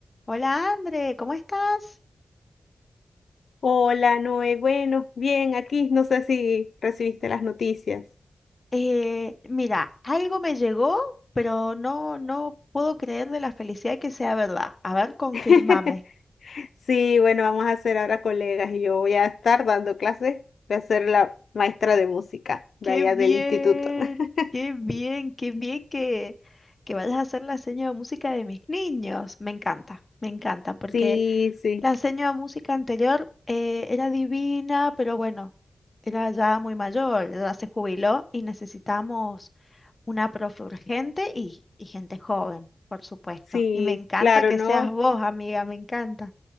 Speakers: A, on the left; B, on the left.
A: Hola, André, ¿cómo estás?
B: Hola, Noé. Bueno, bien, aquí no sé si recibiste las noticias.
A: Eh, mira, algo me llegó, pero no, no puedo creerle la felicidad que sea verdad. A ver, confirmame.
B: <laughs> Sí, bueno, vamos a ser ahora colegas y yo voy a estar dando clases. Voy a ser la maestra de música de
A: Qué
B: allá
A: bien,
B: del instituto. <laughs>
A: qué bien, qué bien que, que vayas a hacer la seña de música de mis niños. Me encanta, me encanta, porque
B: Sí, sí,
A: la seña de música anterior eh, era divina, pero bueno, era ya muy mayor, ya se jubiló y necesitamos una profe urgente y, y gente joven, por supuesto.
B: sí,
A: Y me encanta
B: claro,
A: que
B: ¿no?
A: seas vos, amiga, me encanta.